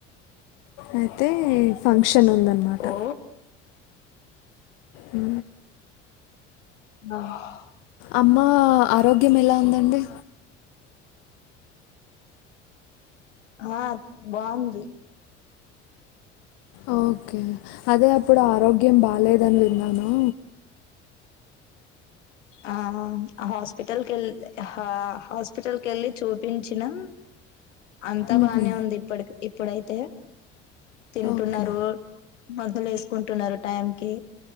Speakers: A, on the left; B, on the left.
A: అయితే ఫంక్షన్ ఉందన్నమాట
B: ఓ
A: ఉ
B: ఆహ్
A: అమ్మ ఆరోగ్యం ఎలా ఉందండి
B: ఆ బాగుంది
A: అ ఓకే అదే అప్పుడు ఆరోగ్యం బాలేదని విన్నాను
B: ఆ హాస్పిటల్ వెల్ హా హాస్పిటల్ కేళ్ళి చూపించినా అంతా
A: మ్హూ.
B: బానే ఉంది ఇప్పటికి ఇప్పుడైతే తింటున్నారు
A: ఓకే
B: మందులు వేసుకుంటున్నారు టైం కి